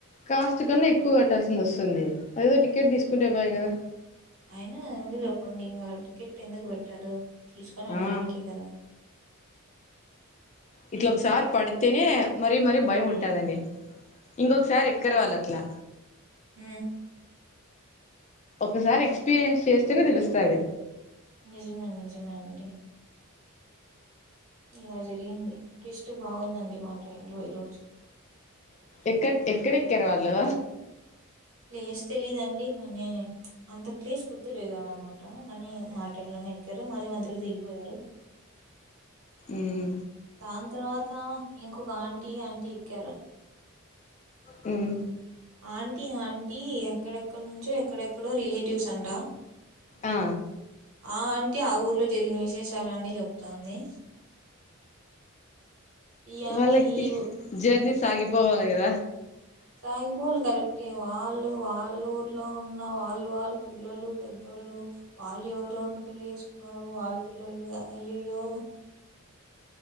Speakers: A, on the left (about 30°); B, on the right (about 70°).
A: కాస్ట్ కన్నా ఎక్కువ కట్టాల్సి వస్తుంది ఏదదో టికెట్ తీసుకుంటే పోయి కదా
B: అయినా ఎందుకు చెప్పండి టికెట్ ఎందుకు పెట్ ట్టారు తీసుకొని వెళ్డానికి
A: ఆ
B: కదా
A: ఇట్లా ఒకసారి పడితేనే మరీ మరీ భయం ఉంటుందండి ఇంకొకసారి ఎక్కర వాళ్ళు అట్లా
B: హ
A: ఒకసారి ఎక్స్పీరియన్స్ చేస్తేనే తెలుస్తుంది
B: నిజమే నిజమే అండి ఇలా జరిగింది క్రిస్ట్ బాగుందండి మా ట్రైన్ లో ఈరోజు
A: ఎక్క ఎక్కడెక్కారు వాళ్ళు
B: ప్లేస్ తెలీదండి కానీ అంత ప్లేస్ గుర్తు లేదు అనమాట కానీ మా ట్రైన్ లోనే ఎక్కారు మళ్ళీ మధ్యలో దిగిపోయారు
A: హ్మ్
B: దాని తర్వాత ఇంకొక ఆంటీ ఆంటీ ఎక్కారు.
A: హ్మ్
B: ఆంటీ ఆంటీ ఎక్కడెక్కడ నుంచో ఎక్కడెక్కడో రిలే టివ్స్ అంట
A: ఆ
B: ఆ అంటీ ఆ ఊర్లో జరిగిన విశేషాలన్నీ చెప్తాంది ఈ ఆంటీ
A: వాళ్ళకి
B: ఈ ఊ
A: జర్నీ సాగిపోవాలి గద
B: సాగిపోవాలి కరెక్టే వాళ్ళు వాళ్ళ ఊర్లో ఉన్న వాళ్ళు వాళ్ళ పిల్లలు పెద్దోళ్ళు వాళ్ళు ఎవరెవరిని పెళ్ళ చేసుకున్నారు వాళ్ళ పిల్లళు అయ్యోయ్యో